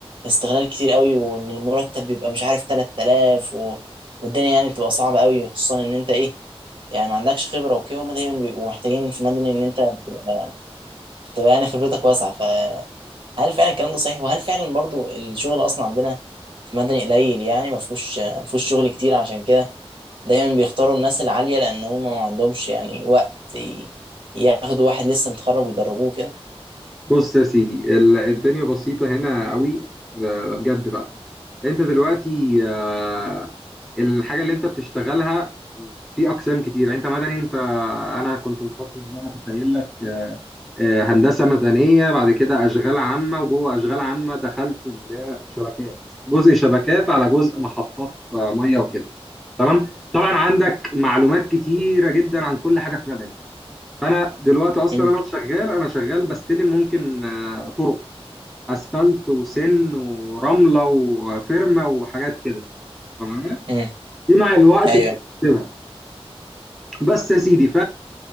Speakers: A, on the right (about 55°); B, in the centre.
A: استغلال كتير قوي وان المرتب بيبقى مش عارف 3000 و... والدنيا يعني بتبقى صعبة قوي خصوصا ان انت ايه يعني ما عندكش خبرة وكده هما دايما بيبقوا محتاجين في مدني ان انت تبقى تبقى يعني خبرتك واسعة فهل فعلا الكلام ده صحيح وهل فعلا برضو الشغل اصلا عندنا في مدني قليل يعني ما فيهوش ما فيهوش شغل كتير عشان كده دايما بيختاروا الناس العالية لان هما ما عندهمش يعني وقت ي- ياخدوا واحد لسه متخرج ويدربوه كده
B: بص يا سيدي ال- الدنيا بسيطه هنا قوي ده ده بجد بقى انت دلوقتي آه، الحاجه اللي انت بتشتغلها في اقسام كتير يعني انت مثلا انت انا كنت متخصص زي ما كنت قايل لك آه، هندسه مدنيه بعد كده اشغال عامه وجوه اشغال عامه دخلت اللي هي شبكات جزء شبكات على جزء محطات آه، ميه وكده تمام طبعا عندك معلومات كتيره جدا عن كل حاجه في مدني فانا دلوقتي اصلا
A: امم
B: انا شغال انا شغال بستلم ممكن آه، طرق اسفلت وسن ورمله وفرمه وحاجات كده تمام
A: امم
B: دي مع الوقت
A: ايوه
B: بتكتسبها بس يا سيدي